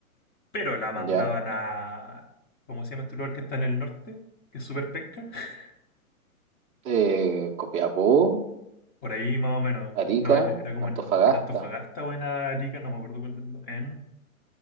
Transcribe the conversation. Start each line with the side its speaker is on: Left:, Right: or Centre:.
Left: pero la
Right: ¿ya?
Left: mandaban a, ¿cómo se llama este lugar que está en el norte? Que es súper penca. <laughs>
Right: Eh, Copiapó,
Left: Por ahí más o menos.
Right: Arica,
Left: No, en- era como
Right: Antofagasta,
Left: en, en Antofagasta o en Arica, no me acuerdo cuál. del- En,